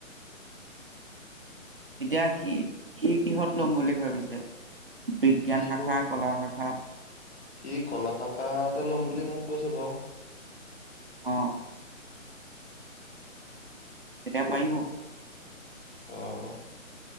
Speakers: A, on the right; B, on the left.
A: এতিয়া সি সি কিহত লম বুলি ভাবিছে? বিজ্ঞান
B: সিটো
A: শাখা, কলা শাখা
B: সি কলা শাখা এটা ল'ম বুলি মোক কৈছে বাও।
A: অ। তেতিয়া পাইব
B: অ অ।